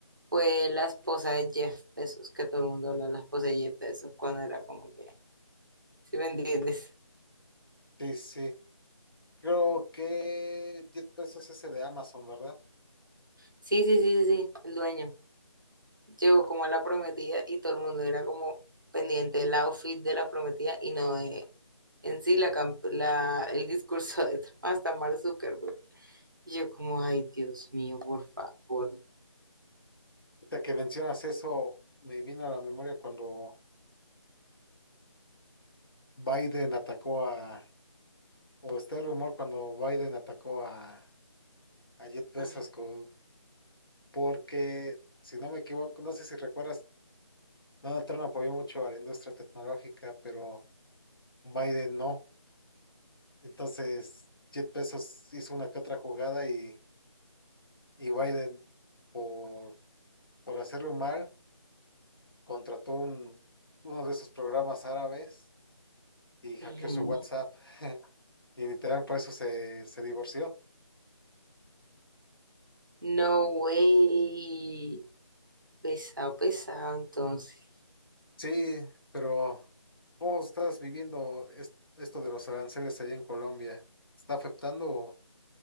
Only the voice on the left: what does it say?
sí, sí. Creo que 10 pesos ese de Amazon, ¿verdad?
Ahorita que mencionas eso, me vino a la memoria cuando Biden atacó a, o está el rumor cuando Biden atacó a, a Jeff Bezos,
con- porque, si no me equivoco, no sé si recuerdas, Donald Trump apoyó mucho a la industria tecnológica, pero Biden no. Entonces, Jeff Bezos hizo una que otra jugada y, y Biden, por, por hacerlo mal, contrató un, uno de esos programas árabes y hackeó
su WhatsApp. <laughs> Y literal, por eso se, se divorció.
Sí, pero ¿cómo estás viviendo es- esto de los aranceles allá en Colombia? ¿Está afectando o,